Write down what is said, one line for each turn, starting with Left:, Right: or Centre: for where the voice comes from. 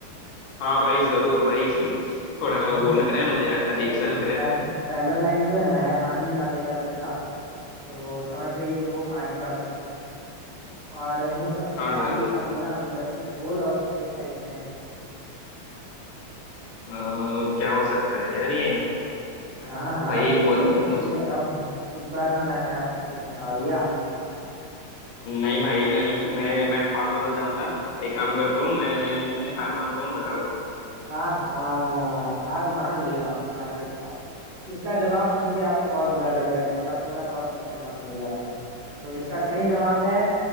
Left: हाँ भाई जरूर भाई <laughs> थोड़ा
Right: हाँ
Left: वो
Right: तो
Left: लग रहा है मुझे अजीब
Right: देखिए
Left: सा लग रहा
Right: पह,
Left: है
Right: पहला लाइन जो है ना है पानी का मेरा चोला तो वो समझ जाइए कि वो पानी का कुछ है और हूँ सफेद
Left: हाँ जरूर
Right: आलू सा गोला मतलब कुछ गोल और सफेद टाइप में है
Left: अ, क्या हो सकता है यार ये
Right: हाँ हाँ
Left: भाई
Right: सोचिए
Left: बहुत
Right: सोचिए
Left: मुझ
Right: अब इस बार ना मैंने आपको सोच में डाल दिया
Left: नहीं भाई नहीं मैं मैं पागल हो जाऊंगा एक काम करता हूँ मैं हार मानता हूँ बता दो
Right: आहा हार मान ली आपने आखिरकार इसका जवाब सुन के आपको बहुत बुरा लगेगा क्योंकि आप थोड़ा सा और सोचते ना तो मिल जाता तो इसका सही जवाब है